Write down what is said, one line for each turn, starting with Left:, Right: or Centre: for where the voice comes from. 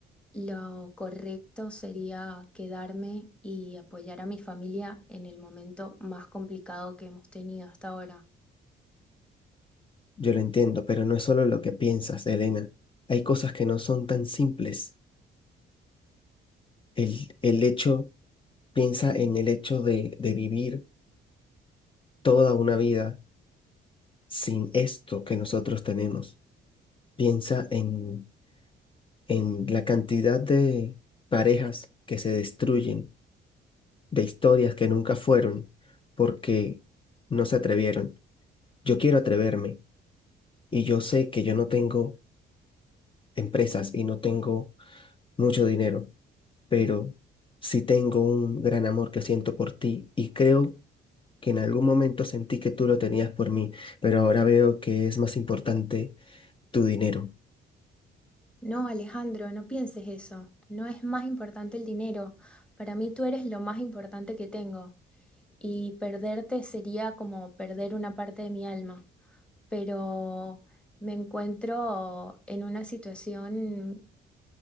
Centre: lo correcto sería quedarme y apoyar a mi familia en el momento más complicado que hemos tenido hasta ahora.
Left: Yo lo entiendo, pero no es solo lo que piensas, Elena. Hay cosas que no son tan simples. El, el hecho, piensa en el hecho de, de vivir toda una vida sin esto que nosotros tenemos. Piensa en, en la cantidad de parejas que se destruyen, de historias que nunca fueron, porque no se atrevieron. Yo quiero atreverme y yo sé que yo no tengo empresas y no tengo mucho dinero pero sí tengo un gran amor que siento por ti y creo que en algún momento sentí que tú lo tenías por mí, pero ahora veo que es más importante tu dinero.
Centre: No, Alejandro, no pienses eso. No es más importante el dinero. Para mí tú eres lo más importante que tengo. y perderte sería como perder una parte de mi alma, pero me encuentro en una situación